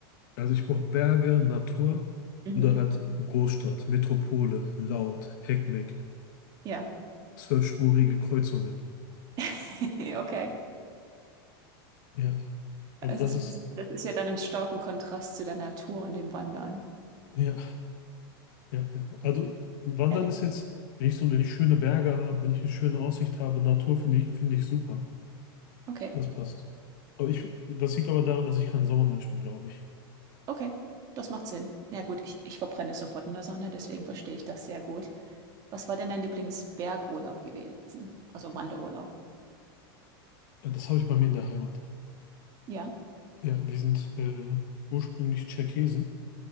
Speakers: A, on the left; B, on the right.
A: Also ich brauche Berge, Natur
B: Mhm.
A: oder halt Großstadt, Metropole, laut, Heckmeck,
B: Ja,
A: zwölfspurige Kreuzungen.
B: <laughs> okay.
A: Ja, also
B: Also
A: das
B: es
A: ist,
B: ist, das ist ja dann im starken Kontrast zu der Natur und dem Wandern.
A: ja, ja, ja. Also Wandern
B: Ehrlich.
A: ist jetzt, wenn ich so, wenn ich schöne Berge habe, wenn ich eine schöne Aussicht habe, Natur finde ich, finde ich super.
B: Okay,
A: Das passt. Aber ich, das liegt aber daran, dass ich kein Sommermensch bin, glaube ich.
B: okay, das macht Sinn. Ja gut, ich, ich verbrenne sofort in der Sonne, deswegen verstehe ich das sehr gut. Was war denn dein Lieblingsbergurlaub gewesen? Also Wanderurlaub.
A: Das habe ich bei mir in der Heimat.
B: Ja.
A: Ja, wir sind äh, ursprünglich Tscherkesen.